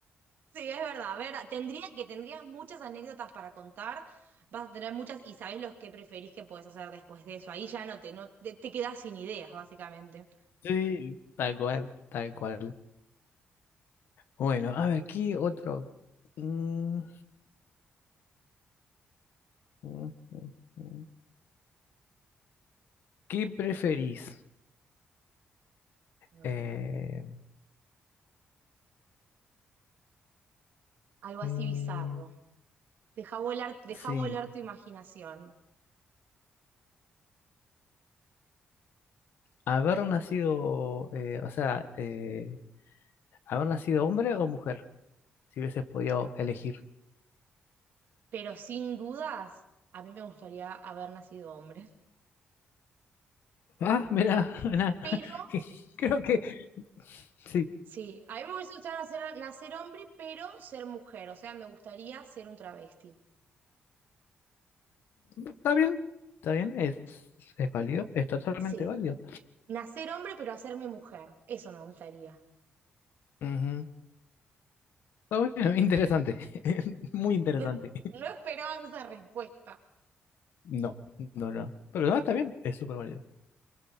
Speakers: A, on the right; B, on the left.
A: Sí, es verdad, verdad. Tendría que tendrías muchas anécdotas para contar, vas a tener muchas y sabés los que preferís que podés hacer después de eso. Ahí ya no te, no te, te quedás sin ideas, básicamente.
B: Sí, tal cual, tal cual. Bueno, a ver, ¿qué otro? Mm, Ujú, ujú. ¿Qué preferís?
A: A
B: Eh,
A: ver. Algo así
B: mm,
A: bizarro. Deja volar, deja
B: sí,
A: volar tu imaginación.
B: haber nacido, eh, o sea, eh, haber nacido hombre o mujer, si hubieses podido elegir.
A: Pero sin dudas, a mí me gustaría haber nacido hombre.
B: Ah, mira, mira,
A: Pero
B: <laughs> creo que sí,
A: Sí, a mí me hubiese gustado nacer, nacer hombre, pero ser mujer. O sea, me gustaría ser un travesti.
B: está bien, está bien, es, es válido, es totalmente
A: Sí,
B: válido.
A: nacer hombre, pero hacerme mujer. Eso me gustaría.
B: Ujú. Está bueno, interesante, <laughs> muy interesante.
A: No, no esperabas esa respuesta.
B: No, no, no, pero no, está bien, es súper válido.